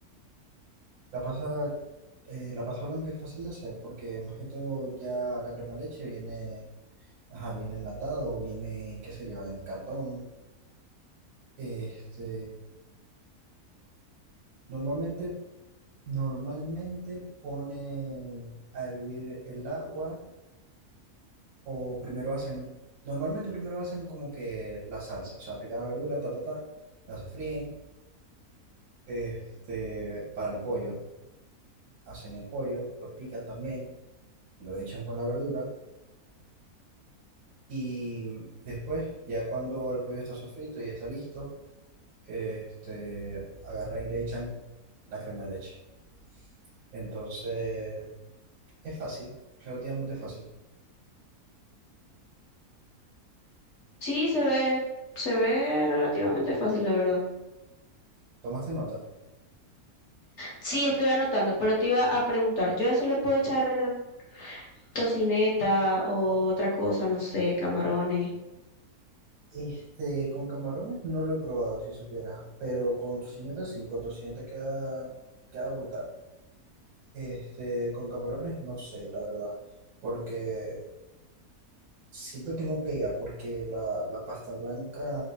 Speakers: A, on the right; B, on the left.
A: la pasa, eh, la pasta blanca es fácil de hacer porque más que todo ya la crema de leche viene, ajá, viene enlatada o viene, qué sé yo, en cartón. Este, normalmente, normalmente pone a hervir el agua o primero hacen, normalmente primero hacen como que la salsa, o sea, pican la verdura, ta, ta, ta, la sofríen este, para el pollo. Hacen el pollo, lo pican también, lo echan con la verdura y después, ya cuando el pollo está sofrito y está listo, este, agarran y le echan la crema de leche. Entonces, es fácil, relativamente fácil.
B: Sí, se ve, se ve relativamente fácil, la verdad.
A: ¿Tomaste nota?
B: Sí, estoy anotando, pero te iba a preguntar, yo a eso le puedo echar tocineta o otra cosa, no sé, camarones,
A: Este, con camarones no lo he probado, si supieras, pero con tocineta sí, con tocineta queda, queda brutal. Este, con camarones no sé, la verdad, porque Siento que no pega porque la, la pasta blanca,